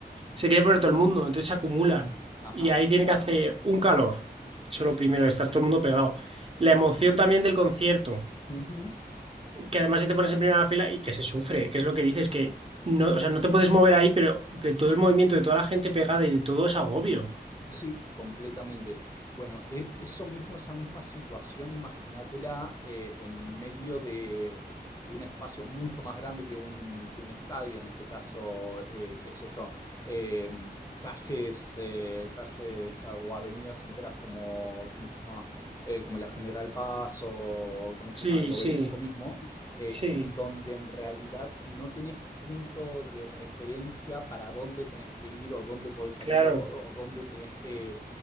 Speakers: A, on the left; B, on the right.
A: Ujú.
B: se quiere poner todo el mundo, entonces se acumulan.
A: Ajá,
B: Y ahí tiene que hacer un calor. Eso
A: sí.
B: es lo primero, estar todo el mundo pegado. La emoción también del concierto,
A: Ujú.
B: que además si te pones en primera fila y que se sufre, que es lo que dices, que no, o sea, no te puedes mover ahí, pero de todo el movimiento, de toda la gente pegada y de todo es agobio.
A: Sí, completamente. Bueno, e- eso mismo, esa misma situación, imagínatela eh, en medio de, de un espacio mucho más grande que un, que un estadio, en este caso, eh, qué sé yo, eh, calles, eh, calles o avenidas enteras como, ¿cómo se llama? Eh, como la General Paz o, ¿cómo se
B: Sí,
A: llama? El obelisco
B: sí,
A: mismo eh,
B: sí,
A: en donde en realidad no tenés punto de referencia para dónde tenés que ir o dónde podés salir
B: claro.
A: o, o dónde tenés que,